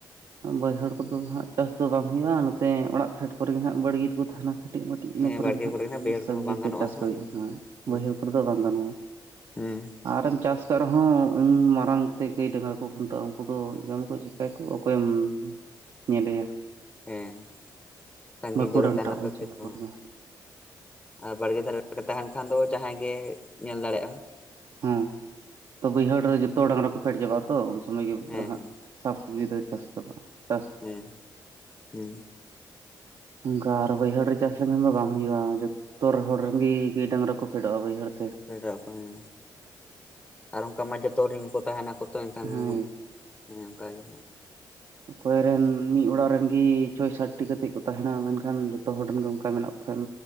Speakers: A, on the right (about 65°); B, on the left (about 20°).
A: ᱵᱟᱹᱭᱦᱟᱹᱲ ᱠᱚᱫᱚ ᱦᱟᱸᱜ ᱪᱟᱥ ᱫᱚ ᱵᱟᱝ ᱦᱩᱭᱩᱜ-ᱟ ᱱᱚᱛᱮ ᱚᱲᱟᱜ ᱯᱷᱮᱰ ᱠᱚᱨᱮ ᱜᱮ ᱦᱟᱸᱜ ᱵᱟᱹᱲᱜᱮ ᱫᱚ ᱛᱟᱦᱮᱱᱟ ᱠᱟᱹᱴᱤᱡ ᱢᱟᱹᱴᱤᱡ ᱤᱱᱟᱹ
B: ᱦᱮᱸ
A: ᱠᱚᱨᱮ
B: ᱵᱟᱲᱜᱮ
A: ᱜᱮ ᱦᱟᱸᱜ
B: ᱵᱟᱹᱭᱦᱟᱹᱲ
A: ᱥᱚᱵᱽᱡᱤ
B: ᱠᱚᱦᱚᱸ ᱵᱟᱝ
A: ᱠᱚ
B: ᱜᱟᱱᱚᱜᱼᱟ
A: ᱪᱟᱥ
B: ᱦᱟᱸᱜ
A: ᱠᱚ ᱦᱩᱭᱩᱜ-ᱟ
B: ᱱᱚᱣᱟ ᱦᱮᱸ
A: ᱵᱟᱹᱭᱦᱟᱹᱲ ᱠᱚᱨᱮ ᱫᱚ ᱵᱟᱝ ᱜᱟᱱᱚᱜ-ᱟ
B: ᱦᱮᱸ
A: ᱟᱨᱮᱢ ᱪᱟᱥ ᱚᱠᱟ ᱨᱮᱦᱚᱸ ᱢᱟᱨᱟᱝᱛᱮ ᱜᱟᱹᱭ ᱰᱟᱝᱜᱨᱟ ᱠᱚ ᱠᱷᱩᱱᱴᱟᱹᱜ-ᱟ ᱩᱱᱠᱩ ᱫᱚ ᱡᱚᱢ ᱠᱚ ᱪᱮᱠᱟᱹᱭ ᱠᱚ ᱚᱠᱚᱭᱮᱢ ᱧᱮᱞᱮᱭᱟ
B: ᱦᱮᱸ ᱥᱟᱹᱜᱤᱧ
A: ᱵᱟᱠᱚ
B: ᱧᱚᱜ
A: ᱰᱟᱱᱴᱟᱜᱼᱟ
B: ᱨᱮ ᱛᱟᱦᱮᱱᱟ ᱛᱚᱵᱮ
A: ᱩᱱ ᱥᱚᱢᱚᱭ
B: ᱛᱚ
A: ᱠᱚᱨᱮ ᱫᱚ
B: ᱟᱨ ᱵᱟᱲᱜᱮ ᱫᱷᱟᱨᱮ ᱛᱟᱦᱮᱱ ᱠᱷᱟᱱ ᱫᱚ ᱡᱟᱦᱟᱸᱭ ᱜᱮ ᱧᱮᱞ ᱫᱟᱲᱮᱭᱟᱜ-ᱟ
A: ᱦᱮᱸ ᱛᱚ ᱵᱟᱹᱭᱦᱟᱹᱲ ᱨᱮ ᱡᱚᱛᱚ ᱰᱟᱝᱨᱟ ᱠᱚ ᱯᱷᱮᱰ ᱪᱟᱵᱟᱜᱼᱟ ᱛᱚ ᱥᱚᱢᱚᱭ ᱜᱮ
B: ᱦᱮᱸ
A: ᱦᱟᱸᱜ
B: ᱦᱮᱸ
A: ᱥᱟᱵ ᱥᱚᱵᱽᱡᱤ ᱫᱚ ᱪᱟᱥ ᱛᱟᱼᱼ
B: ᱦᱮᱸ ᱦᱮᱸ
A: ᱚᱱᱠᱟ ᱟᱨ ᱵᱟᱹᱭᱦᱟᱹᱲ ᱨᱮ ᱪᱟᱥ ᱞᱮᱱᱠᱷᱟᱱ ᱫᱚ ᱵᱟᱝ ᱦᱩᱭᱩᱜᱼᱟ ᱡᱚᱛᱚ ᱦᱚᱲ ᱨᱮᱱᱜᱮ ᱜᱟᱹᱭ ᱰᱟᱝᱨᱟ ᱠᱚ ᱯᱷᱮᱰᱚᱜᱼᱟ ᱵᱟᱹᱭᱦᱟᱹᱲ ᱛᱮ
B: <unintelligible> ᱦᱮᱸ ᱟᱨ ᱚᱱᱠᱟ ᱢᱟ ᱡᱚᱛᱚᱜ ᱜᱮ ᱠᱚ ᱛᱟᱦᱮᱱᱟᱠᱚ᱾ ᱛᱚ ᱮᱱᱠᱷᱟᱱᱮ
A: ᱦᱮᱸ
B: ᱚᱱᱠᱟᱜᱮ
A: ᱚᱠᱚᱭ ᱨᱮᱱ ᱢᱤᱫ ᱚᱲᱟᱜ ᱨᱮᱱ ᱜᱮ ᱪᱷᱚᱭ ᱥᱟᱛᱴᱤ ᱠᱟᱛᱮᱫ ᱠᱚ ᱛᱟᱦᱮᱸᱱᱟ ᱢᱮᱱᱠᱷᱟᱱ ᱡᱚᱛᱚ ᱦᱚᱲ ᱨᱮᱱ ᱜᱮ ᱚᱱᱠᱟ ᱢᱮᱱᱟᱜ ᱠᱚᱣᱟ᱾ ᱠᱷᱟᱱ